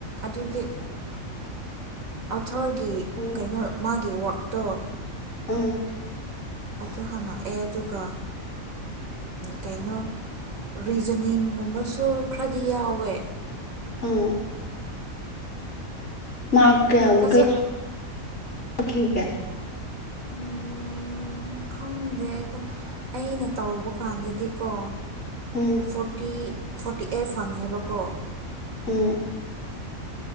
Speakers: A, on the right; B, on the left.
A: ꯑꯗꯨꯗꯤ ꯑꯣꯊꯔꯒꯤ
B: ꯎꯝ
A: ꯀꯩꯅꯣ ꯃꯥꯒꯤ ꯋ꯭ꯔꯛ ꯇꯣ
B: ꯎꯝ
A: ꯑꯗꯨ ꯍꯪꯉꯛꯑꯦ ꯑꯗꯨꯒ ꯀꯩꯅꯣ ꯔꯤꯖꯅꯤꯡꯒꯨꯝꯕꯁꯨ ꯈꯔꯗꯤ ꯌꯥꯎꯋꯦ
B: ꯎꯝ ꯃꯥꯀꯀ
A: ꯑꯗꯣ ꯐꯖ
B: ꯀ ꯌꯥ
A: ꯎꯝ ꯈꯪꯗꯦ ꯑꯩꯅ ꯇꯧꯕ ꯀꯥꯟꯗꯗꯤꯀꯣ
B: ꯎꯝ
A: ꯐꯣꯔꯇꯤ ꯐꯣꯔꯇꯤ ꯑꯩꯠ ꯐꯪꯉꯦꯕꯀꯣ
B: ꯎꯝ